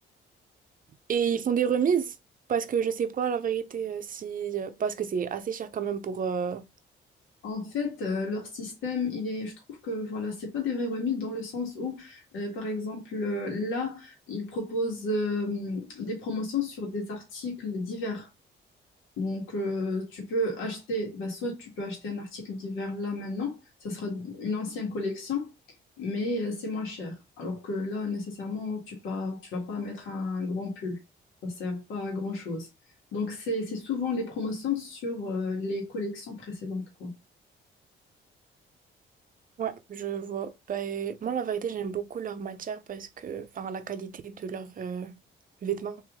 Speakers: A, on the right; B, on the left.
A: Et ils font des remises, parce que je sais pas la vérité euh, si... euh, parce que c'est assez cher quand même pour... euh,
B: En fait, euh, leur système, il est, je trouve que voilà, c'est pas des vraies remises dans le sens où, euh, par exemple, euh, là, ils proposent euh, des promotions sur des articles divers. Donc, euh, tu peux acheter, bah, soit tu peux acheter un article d'hiver là maintenant, ça sera une ancienne collection, mais euh, c'est moins cher. Alors que là, nécessairement, tu pas, tu vas pas mettre un grand pull. Ça sert pas à grand-chose. Donc, c'est c'est souvent les promotions sur euh, les collections précédentes, quoi.
A: Ouais, je vois. Ben, moi, la vérité, j'aime beaucoup leur matière parce que... Enfin, la qualité de leurs euh, vêtements.